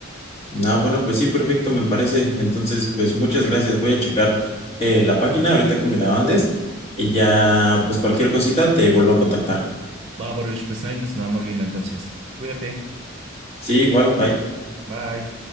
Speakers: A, on the left; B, on the right.
A: Ah, bueno, pues sí, perfecto, me parece. Entonces, pues muchas gracias. Voy a checar eh, la página ahorita que me la mandes y ya, pues cualquier cosita te vuelvo a contactar.
B: Va, Baruch, pues ahí nos andamos viendo entonces. Cuídate.
A: Sí, igual, bye.
B: Bye.